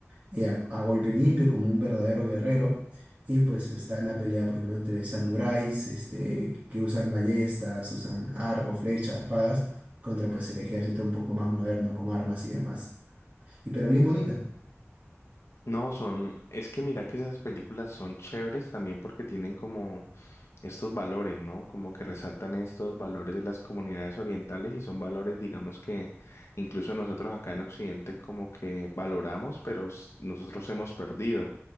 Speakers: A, on the right; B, on the left.
A: y a, a golpe limpio como un verdadero guerrero. Y pues está la pelea, pues, ¿no? Entre samuráis, este, que usan ballestas, usan arco, flechas, espadas, contra pues el ejército un poco más moderno con armas y demás. Y pero bien bonita.
B: No, son, es que mira que esas películas son chéveres también porque tienen como estos valores, ¿no? Como que resaltan estos valores de las comunidades orientales y son valores, digamos, que incluso nosotros acá en Occidente como que valoramos, pero s- nosotros hemos perdido.